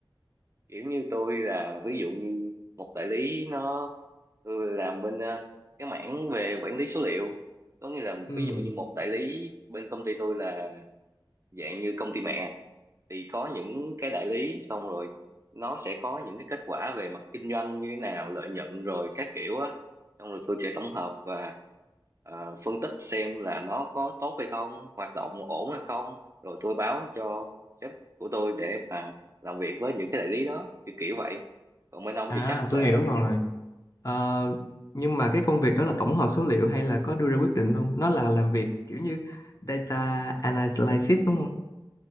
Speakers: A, on the right (about 35°); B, on the left (about 40°).
A: kiểu như tôi là ví dụ như một đại lý nó tôi làm bên ờ, cái mảng về quản lý số liệu có nghĩa là
B: Ừ.
A: ví dụ như một đại lý bên công ty tôi là dạng như công ty mẹ thì có những cái đại lý xong rồi nó sẽ có những cái kết quả về mặt kinh doanh như thế nào lợi nhuận rồi các kiểu á xong rồi tôi sẽ tổng hợp và ờ, phân tích xem là nó có tốt hay không hoạt động ổn hay không rồi tôi báo cho sếp của tôi để mà làm việc với những cái đại lý đó kiểu kiểu vậy còn bên ông
B: À,
A: thì chắc
B: tôi
A: là
B: hiểu rồi. Ờ, nhưng mà cái công việc đó là tổng hợp số liệu hay là có đưa ra quyết định luôn? Nó là làm việc kiểu như data analysis đúng không?